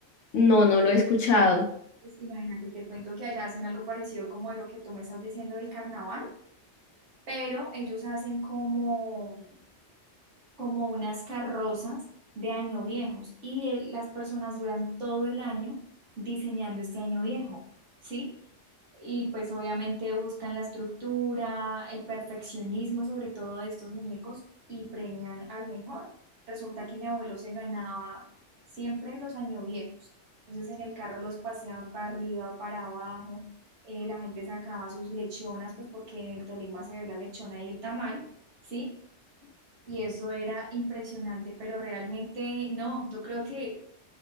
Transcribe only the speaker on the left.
No, no lo he escuchado.